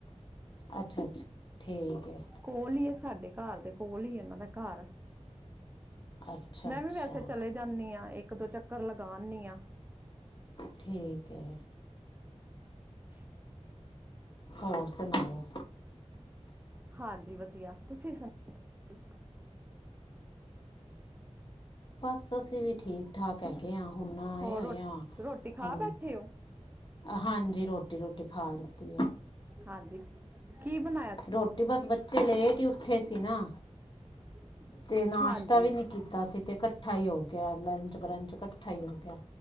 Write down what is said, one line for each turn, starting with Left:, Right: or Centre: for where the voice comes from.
Left: ਅੱਛਾ-ਅੱਛਾ, ਠੀਕ ਏ।
Right: ਕੋਲ ਈ ਐ ਸਾਡੇ ਘਰ ਦੇ ਕੋਲ ਈ ਐ, ਇਹਨਾਂ ਦਾ ਘਰ।
Left: ਅੱਛਾ
Right: ਮੈਂ
Left: ਅੱਛਾ
Right: ਵੀ ਵੈਸੇ ਚਲੇ ਜਾਂਨੀ ਆ, ਇੱਕ ਦੋ ਚੱਕਰ ਲਗਾ ਆਨੀ ਆਂ।
Left: ਠੀਕ ਐ।
Right: <inaudible>
Left: ਹੋਰ ਸੁਣਾਓ
Right: ਹਾਂਜੀ ਵਧੀਆ, ਤੁਸੀਂ ਸੁਣਾ <inaudible>
Left: ਬਸ ਅਸੀਂ ਵੀ ਠੀਕ ਠਾਕ ਹੈਗੇ ਆਂ, ਹੁਣ ਨਾ ਆਏਂ
Right: ਹੋਰ
Left: ਹੋਏ
Right: ਰੋ-
Left: ਆਂ
Right: ਰੋਟੀ ਖਾ
Left: ਹੁਣ।
Right: ਬੈਠੇ ਹੋ
Left: ਹਾਂਜੀ, ਰੋਟੀ ਰੁਟੀ ਖਾ ਲਿੱਤੀ ਏ।
Right: ਹਾਂਜੀ। ਕੀ ਬਣਾ
Left: ਰੋਟੀ ਬਸ ਬੱਚੇ ਲੇਟ ਹੀ ਉੱਠੇ ਸੀ ਨਾ।
Right: <unintelligible>
Left: ਤੇ ਨਾਸ਼ਤਾ
Right: ਹਾਂਜੀ
Left: ਵੀ ਨੀ ਕੀਤਾ ਸੀ, ਤੇ ਕੱਠਾ ਹੀ ਹੋ ਗਿਆ ਲੰਚ ਬਰੰਚ ਕੱਠਾ ਹੀ ਹੋ ਗਿਆ।